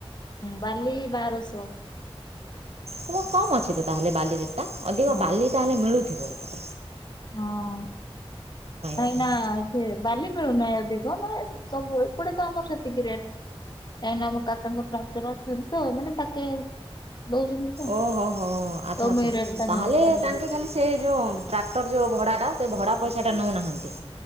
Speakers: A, on the left; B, on the right.
A: ବାଲି ବାରଶହ
B: କମ୍ ଅଛି ତ ତାହେଲେ ବାଲି ରେଟ୍ଟା ଅଧିକ
A: ହଁ
B: ବାଲି ତାହେଲେ ମିଳୁଥିବ ଏଟ
A: ହଁ କାଇଁ
B: ବୋଧେ
A: ନା ସେ ବାଲି ମିଳୁନାହିଁ ଅଧିକ ମାନେ ସବୁ ଏପଟେ ତ ଆମର ସେତିକି ରେଟ କାହିଁକିନା ଆମ କାକାଙ୍କ ଟ୍ରାକ୍ଟର ଅଛନ୍ତି ତ ମାନେ ପାକେ ଦଉଛନ୍ତି ତ।
B: ଓହୋ ହୋ ଆଚ୍ଛା
A: ତ
B: ଆଚ୍ଛା
A: ମୁଁ ଏଇ ରେଟ୍ ଟା
B: ତାହେଲେ
A: ଜାଣିଛି।
B: ତାଙ୍କେ ଖାଲି ସେଇ ଯୋଉ ଟ୍ରାକ୍ଟର ଯେଉଁ ଭଡ଼ାଟା ସେ ଭଡ଼ା ପଇସାଟା ନେଉନାହାଁନ୍ତି